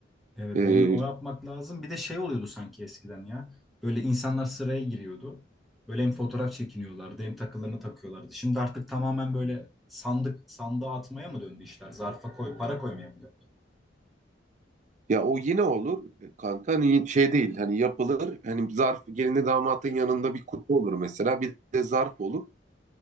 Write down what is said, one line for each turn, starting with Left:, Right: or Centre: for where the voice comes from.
Centre: Evet,
Right: Ee,
Centre: onu, o yapmak lazım. Bir de şey oluyordu sanki eskiden ya. Böyle insanlar sıraya giriyordu. Böyle hem fotoğraf çekiniyorlardı hem takılarını takıyorlardı. Şimdi artık tamamen böyle sandık sandığa atmaya mı döndü işler? Zarfa koy, para koymaya mı döndü?
Right: ya o yine olur kanka. Hani şey değil. Hani yapılır. Hani zarf gelinle damatın yanında bir kutu olur mesela. Bir de zarf olur.